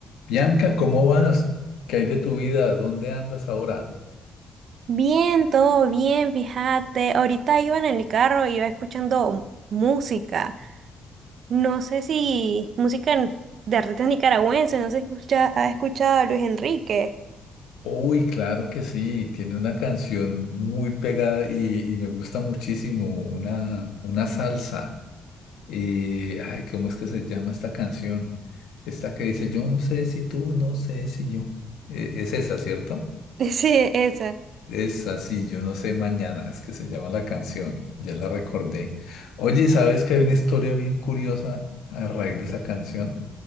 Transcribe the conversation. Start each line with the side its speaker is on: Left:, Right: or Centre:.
Left: Bianca, ¿cómo vas? ¿Qué hay de tu vida? ¿Dónde andas ahora?
Right: Bien, todo bien, fíjate. Ahorita iba en el carro, iba escuchando música. No sé si música en- de artistas nicaragüenses, no sé si escucha, ha escuchado a Luis Enrique.
Left: Uy, claro que sí, tiene una canción muy pegada y, y me gusta muchísimo, una, una salsa. Eh, ay, ¿cómo es que se llama esta canción? Esta que dice, yo no sé si tú, no sé si yo. Eh, es esa, ¿cierto?
Right: <laughs> Sí, esa.
Left: Es así, yo no sé mañana, es que se llama la canción, ya la recordé. Oye, ¿sabes que hay una historia bien curiosa a raíz de esa canción?